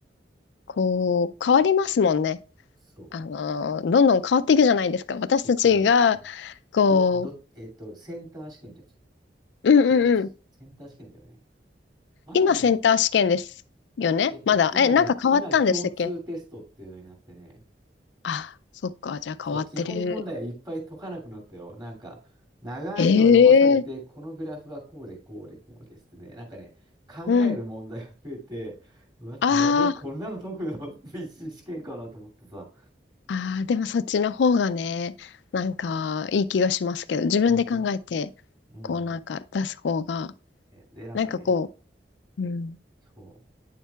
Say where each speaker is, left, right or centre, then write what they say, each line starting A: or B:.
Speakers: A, on the left; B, on the right.
A: こう、変わりますもんね。
B: そう。
A: あの、どんどん変わっていくじゃないですか。私たちが、
B: そう変わる。うん。
A: こう、
B: きょ、ど、えっと、センター試験ってやつ。
A: うんうんうん。
B: 共通、センター試験だよね。まだでも、
A: 今、センター試験ですよねまだ。
B: えっと、今ね、
A: え、なんか変わったんでしたっけ
B: 今共通テストっていうのになってね、
A: あ、そっか。じゃあ変わってる。
B: そう、基本問題をいっぱい解かなくなったよ。なんか、長いのを読まされて、
A: ええ
B: このグラフはこうで、こうで、こうですね。なんかね、考える問題が増えて、
A: うん。
B: うわ、大変、
A: あー
B: こんなの解くの <laughs> って一次試験かなと思ってさ。
A: あー、でもそっちの方がね、なんかいい気がしますけど、自分で考えて、
B: 本当うん。
A: こうなんか出す方が、
B: えで、なんかね、
A: なんかこう、うん。
B: そ